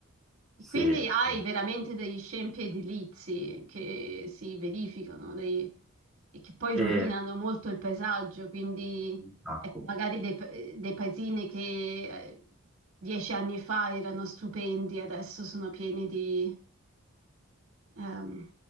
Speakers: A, on the right (about 75°); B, in the centre.
A: E
B: Sì,
A: quindi hai
B: sì.
A: veramente degli scempi edilizi che si verificano dei- e che poi
B: E
A: rovinano molto il paesaggio, quindi
B: un sacco.
A: ecco, magari dei, pa- dei paesini che eh, dieci anni fa erano stupendi, adesso sono pieni di Ehm,